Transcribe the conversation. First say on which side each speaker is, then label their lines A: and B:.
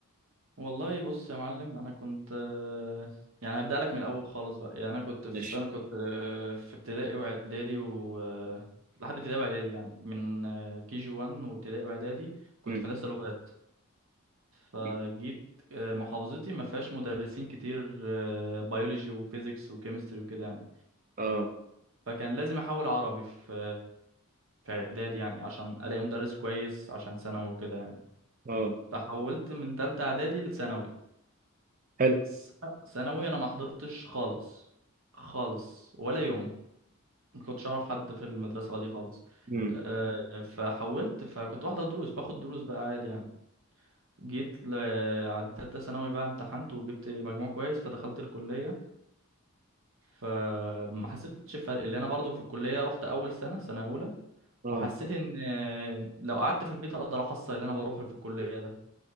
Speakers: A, on the right; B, on the right.
A: والله بص يا معلم انا كنت آه، يعني هبدأ لك من الاول خالص بقى يعني انا كنت في
B: ماشي
A: السنه كنت آه، في ابتدائي واعدادي و آه، لحد ابتدائي واعدادي يعني من كي جي 1 وابتدائي واعدادي كنت
B: مم.
A: في هندسه لغات فجيت
B: مم.
A: آه، محافظتي ما فيهاش مدرسين كتير آه، بيولوجي وفيزيكس وكيمستري وكده يعني
B: اه
A: فكان لازم احول عربي في في اعدادي يعني عشان الاقي مدرس كويس عشان ثانوي وكده يعني
B: اه
A: فحولت من تالتة اعدادي لثانوي
B: حلو
A: س- ثانوي انا ما حضرتش خالص خالص ولا يوم ما كنتش اعرف حد في المدرسة دي خالص
B: مم.
A: آه، فحولت فكنت بحضر دروس باخد دروس بقى عادي يعني جيت ل... عند تالتة ثانوي بقى امتحنت وجبت مجموع كويس فدخلت الكلية فما حسيتش بفرق اللي انا برضو في الكلية رحت اول سنة سنة اولى
B: اه
A: وحسيت ان آه، لو قعدت في البيت اقدر احصل اللي انا بروحه في الكليه ده